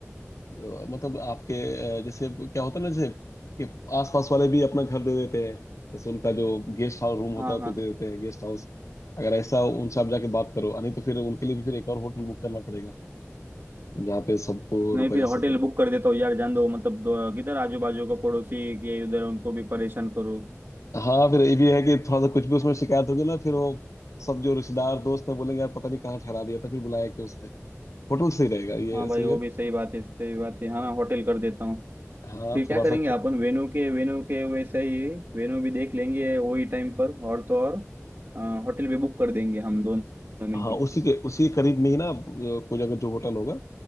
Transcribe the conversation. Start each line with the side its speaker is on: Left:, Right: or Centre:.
Left: तो मतलब आपके अ, जैसे क्या होता है ना जैसे कि आसपास वाले भी अपना घर दे देते हैं जैसे उनका जो गेस्ट हाउस रूम होता
Right: हाँ
Left: है
Right: हाँ
Left: तो दे देते हैं गेस्ट हाउस अगर ऐसा उनसे आप जाके बात करो नहीं तो फिर उनके लिए भी फिर एक और होटल बुक करना पड़ेगा जहाँ पे सबको
Right: नहीं
Left: रुका
Right: फिर
Left: जा
Right: होटल
Left: सके
Right: बुक कर देता हूँ यार जान दो मतलब दो, किधर आजू बाजू का पड़ोसी के उधर उनको भी परेशान करूँ
Left: हाँ फिर ये भी है कि थोड़ा सा कुछ भी उसमें शिकायत होगी ना फिर वो सब जो रिश्तेदार दोस्त है बोलेंगे यार पता नहीं कहाँ ठहरा दिया था फिर बुलाया क्यों उसने होटल सही रहेगा ये
Right: हाँ भाई
Left: सही
Right: वो
Left: है
Right: भी सही बात है सही बात है हाँ होटल कर देता हूँ
Left: हाँ
Right: फिर क्या
Left: थोड़ा
Right: करेंगे
Left: सा
Right: अपन
Left: ख-
Right: वेन्यू के वेन्यू के वैसे ही वेन्यू भी देख लेंगे वही टाइम पर और तो और होटल भी बुक कर देंगे हम दोनों मिलके
Left: हाँ उसी के उसी के करीब में ही ना अ, कोई अगर जो होटल होगा